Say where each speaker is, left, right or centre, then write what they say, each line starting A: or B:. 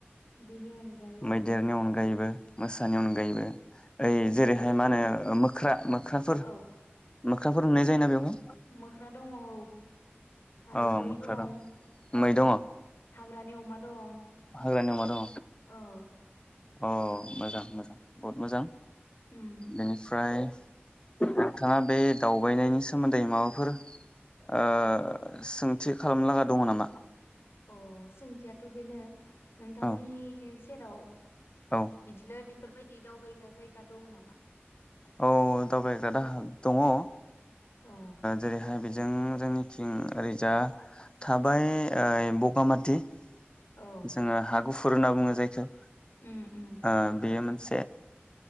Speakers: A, on the left; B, on the left.
A: बेनि अनगायै
B: मैदेरनि अनगायैबो मोसानि अनगायैबो यै जेरैहाय
A: मै
B: मा
A: मोनो
B: होनो मोख्रा मोख्राफोर
A: औ
B: मोख्राफोर नुनाय जायोना बेवहाय?
A: मोख्रा दङ औ आरो
B: अ
A: मै
B: मोख्रा
A: दं
B: मै दङ
A: हाग्रानि अमा दं
B: हाग्रानि अमा दङ
A: औ
B: औ मोजां मोजां बहुत मोजां
A: उम
B: बेनिफ्राय नोंथांङा बे दावबायनायनि सोमोन्दै माबाफोर ओ सोंथि खालामनो लागा दङ नामा?
A: अ सोंथियाथ' बेनो नोंथांमोननि
B: औ
A: सेराव
B: औ
A: बिदिनो बेफोरबाय दि दावबायग्रा जायगा दं नामा?
B: औ दावबायग्रा दाहा दङ। ओ
A: अ
B: जेरैहाय बि जों जोंनिथिं ओरैजा थाबाय ओ बगामाथि ।
A: औ
B: जोंङो हार गुफुर होनना बुंङो जायखो ।
A: उम उम
B: ओ बेयो मोन से ओ